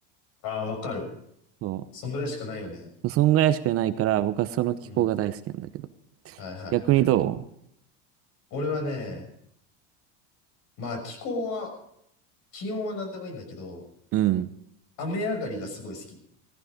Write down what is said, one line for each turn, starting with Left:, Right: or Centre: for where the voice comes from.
Left: ああ、わかる。
Right: そ
Left: そんぐらいしかないよね。
Right: う。そんぐらいしかないから、僕はその気候が大好きなんだけど。
Left: うん。はいはいはい。
Right: 逆にど
Left: 俺はね、まあ気候は、気温は何でもいいんだけど、
Right: ううん。
Left: 雨上がりがすごい好き。